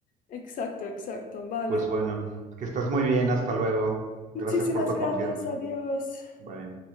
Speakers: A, on the left; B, on the right.
A: exacto, exacto, vale.
B: Pues bueno, que estés muy bien, hasta luego. Gracias
A: Muchísimas
B: por tu
A: gracias,
B: confianza.
A: adiós.
B: Bye.